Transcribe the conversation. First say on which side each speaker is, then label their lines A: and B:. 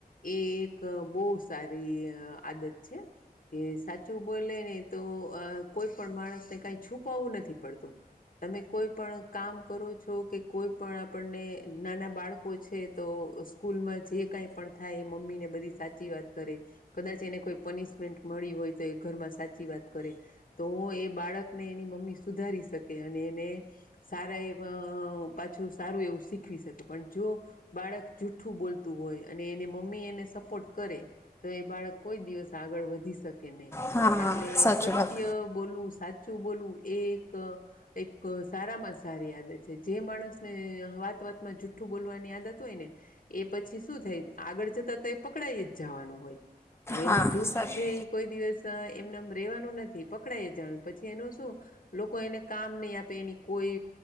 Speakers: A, on the left; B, on the left.
A: એ એક બવ સારી આદત છે કે સાચું બોલે ને તો કોઈ પણ માણસને કઈ છુપાવવું નથી પડતું તમે કોઈ પણ કામ કરો છો કે કોઈ પણ આપણને નાના બાળકો છે તો સ્કૂલ માં જે કઈ પણ થાય એ મમ્મી ને બધી સાચી સાચી વાત કરે કદાચ એને કોઈ પનિશમેન્ટ મળી હોય તો એ ઘરમાં સાચી વાત કરે તો એ બાળકને એની મમ્મી સુધારી શકે અને એને સારા એવા પાછું સારું એવું શીખવી શકે પણ જો બાળક જૂઠ્ઠું બોલતું હોય અને એને મમ્મી એને સપોર્ટ કરે તો એ બાળક કોઈ દિવસ આગળ વધી શકે નહી
B: હા
A: એટલે
B: સાચી
A: સત્ય
B: વાત
A: બોલવું સા સાચું બોલવું એ એક એક સારામાં સારી આદત છે જે માણસ ને વાત વાત માં જુઠ્ઠું બોલવાની આદત હોય ને એ પછી શું થાય આગળ જતા તો એ પકડાાય જ જવાનું હોય એનું
B: હા
A: જૂઠ
B: સાચું
A: છે એ કોઈ દિવસ એમનેમ રેવાનું નથી પકડાય જ પછી એનું શું લોકો એને કામ નહીં આપે એની કોઈ